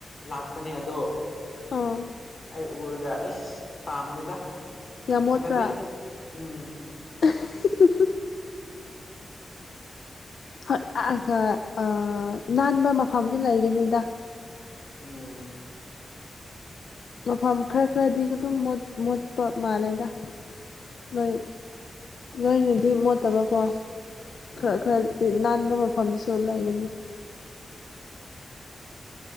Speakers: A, on the left; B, on the left.
A: ꯂꯥꯛꯄꯅꯦ ꯑꯗꯣ
B: ꯑꯥ
A: ꯑꯩ ꯎꯔꯒ ꯑꯩꯁ ꯄꯥꯝꯗꯦꯗ
B: ꯌꯥꯝ ꯃꯣꯠꯄ꯭ꯔꯥ
A: ꯐꯖꯗꯦ ꯎꯝ
B: <unintelligible>
A: <unintelligible>
B: ꯍꯣꯏ ꯅꯥꯟꯕ ꯃꯐꯝꯁꯨ ꯂꯩꯒꯅꯤꯗ
A: ꯎꯝ
B: ꯃꯐꯝ ꯈꯔ ꯈꯔꯗꯤ ꯑꯗꯨꯝ ꯃꯣꯠꯄ ꯃꯥꯜꯂꯦꯗ ꯅꯣꯏ ꯅꯣꯏꯅꯗꯤ ꯃꯣꯠꯇꯕꯀꯣ
A: ꯎꯝ
B: ꯈꯔ ꯈꯔꯗꯤ ꯅꯥꯟꯕ ꯃꯐꯝꯁꯨ ꯂꯩꯒꯅꯤ